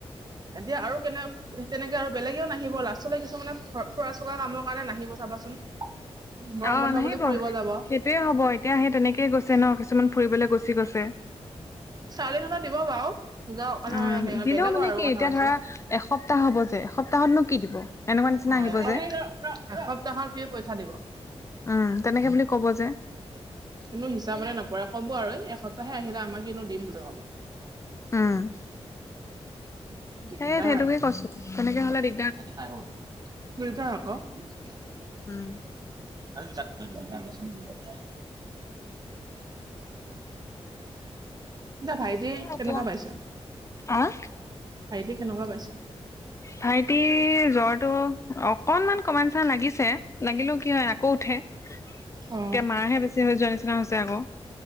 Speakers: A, on the right; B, on the left.
A: এতিয়া আৰু কেনে তেনেকে আৰু বেলেগেও নাহিব, লাষ্টলৈ কিছুমানে ফুৰা চকা কামৰ কাৰণে নাহিব চাবাচোন। গৰম
B: অ
A: বন্ধ
B: নাহিব,
A: বুলি ফুৰিব যাব
B: সেইটোয়ে হ'ব এতিয়া সেই তেনেকেই গৈছে ন কিছুমান ফুৰিবলৈ গুচি গৈছে
A: ছোৱালীহঁতৰ দিব বাৰু, <unintelligible>
B: উম দিলেও
A: বেলেগৰ
B: মানে
A: আৰু
B: কি
A: কথা
B: এতিয়া
A: কৈছো।
B: ধৰা এসপ্তাহ হ'ব যে, এসপ্তাহতনো কি দিব? এনেকুৱা নিচিনা
A: অ
B: আহিব
A: এসপ
B: যে।
A: এসপ্তাহৰ কি পইচা দিব?
B: উম তেনেকে বুলি ক'ব যে।
A: কিন্তু হিচাপ নপৰে ক'ব আৰু এসপ্তাহে আহিলে আমাক কিনো দিম বুলি ক'ব।
B: উম
A: দিগদাৰ
B: সেই সেইটোকে কৈছো তেনেকে হ'লে দি
A: <unintelligible> আকৌ
B: উম।
A: আৰু <unintelligible> দে ভাইটি
B: এতিয়া
A: কেনেকুৱা পাইছে?
B: আহ
A: ভাইট কেনেকুৱা পাইছে?
B: ভাইটি জ্বৰটো অকণমান কমা নিচিনা লাগিছে। লাগিলেও কি হয় আকৌ উঠে, এতিয়া
A: অ
B: মাৰহে বেছি হৈ যোৱা নিচিনা হৈছে আকৌ।